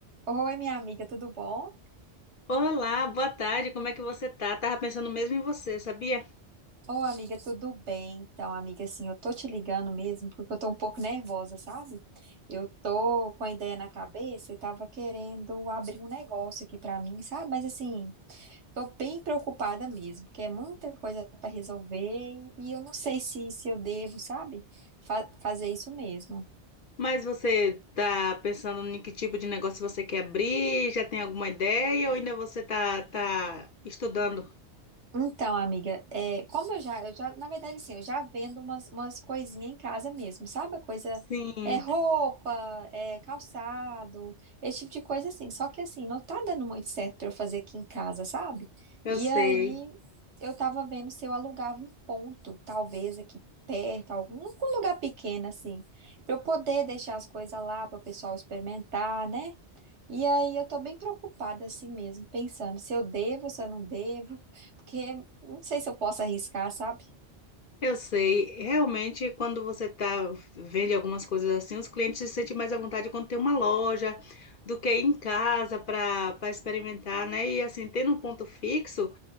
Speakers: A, on the right (about 80°); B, on the left (about 55°).
A: Oi, minha amiga, tudo bom?
B: Olá, boa tarde, como é que você tá? Tava pensando mesmo em você, sabia?
A: Ô, amiga, tudo bem? Então, amiga, assim, eu tô te ligando mesmo porque eu tô um pouco nervosa, sabe? Eu tô com a ideia na cabeça e tava querendo abrir um negócio aqui pra mim, sabe? Mas, assim, tô bem preocupada mesmo, porque é muita coisa pra resolver e eu não sei se, se eu devo, sabe? Fa- fazer isso mesmo.
B: Mas você tá pensando em que tipo de negócio você quer abrir? Já tem alguma ideia ou ainda você tá, tá estudando?
A: Então, amiga, é, como eu já, eu já, na verdade, assim, eu já vendo umas, umas coisinhas em casa mesmo, sabe? A Coisa,
B: Sim,
A: é roupa, é calçado, esse tipo de coisa assim. Só que assim, não tá dando muito certo pra eu fazer aqui em casa, sabe?
B: eu
A: E
B: sei.
A: aí, eu tava vendo se eu alugava um ponto, talvez aqui perto, algum, algum lugar pequeno, assim, pra eu poder deixar as coisas lá, para o pessoal experimentar, né? E aí eu tô bem preocupada assim mesmo, pensando se eu devo, se eu não devo, porque não sei se eu posso arriscar, sabe?
B: Eu sei. Realmente, quando você tá vende algumas coisas assim, os clientes se sentem mais à vontade quando tem uma loja do que ir em casa para para experimentar, né? E assim, tendo um ponto fixo,